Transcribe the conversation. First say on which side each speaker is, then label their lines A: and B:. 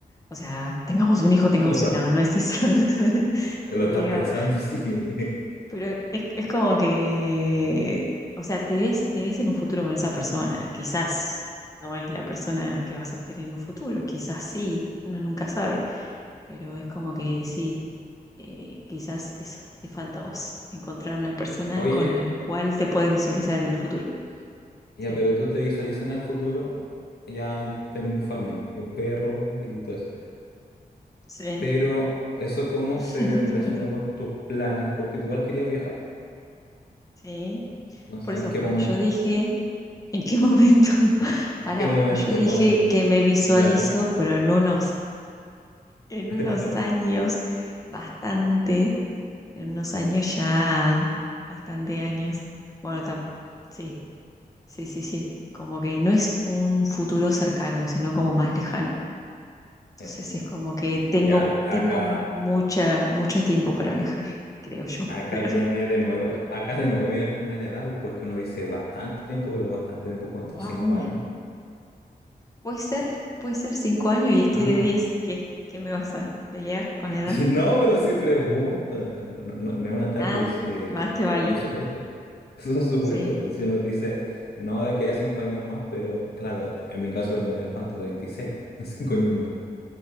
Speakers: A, on the left (about 20°); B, on the left (about 75°).
A: O sea, tengamos un hijo, tengamos,
B: Lo estás,
A: no, no es eso, <laughs>
B: lo
A: te obligaba.
B: estás pensando, <laughs> sí.
A: Pero es, es como que, o sea, te ves, te ves en un futuro con esa persona, quizás no es la persona que vas a tener en un futuro, quizás sí, uno nunca sabe, pero es como que sí, eh, quizás eso, te falta a vos, encontrar una persona
B: Oye,
A: con la cual te puedes visualizar en el futuro.
B: ya,
A: Sí.
B: pero tú te visualizas en el futuro, ya ahí teniendo familia y un perro y todo eso.
A: Sí.
B: Pero eso cómo
A: <laughs>
B: se relaciona con tus planes, porque tú igual querías viajar,
A: Sí.
B: no
A: Por
B: sé
A: eso,
B: en qué
A: porque
B: momento.
A: yo dije, ¿en qué momento? <laughs> Pará,
B: ¿Qué momento?
A: porque yo dije
B: ¿Cuándo?
A: que me visualizo,
B: En el avión.
A: pero en unos, en
B: <laughs>
A: unos años, bastante, en unos años ya, bastante años. Bueno, tam- sí, sí, sí, sí. Como que no es un futuro cercano, sino como más lejano. Entonces
B: Eh, eh,
A: es como que tengo,
B: Ya, de- acá,
A: tengo mucha, mucho tiempo para viajar, creo yo,
B: acá
A: <laughs> espero.
B: viene de nuevo, acá de nuevo viene el tema de la edad, pues, porque uno dice bastante tiempo, pero bastante tiempo, ¿cuánto?
A: Wow.
B: ¿Cinco años?
A: Puede ser, puede ser cinco años y estoy
B: Ah,
A: de 10. ¿Qué? ¿Qué me vas a pelear con la edad?
B: <laughs> No, pero si pregunto, no, no- no- no es un ataque,
A: Ah,
B: es, es-
A: más
B: son
A: te vale.
B: son supuestos. <laughs> Son supuestos,
A: Sí.
B: pues si uno dice, no, de aquí a cinco años más, pero claro, en mi caso voy a tener cuánto, 36, <laughs> en cinco años más.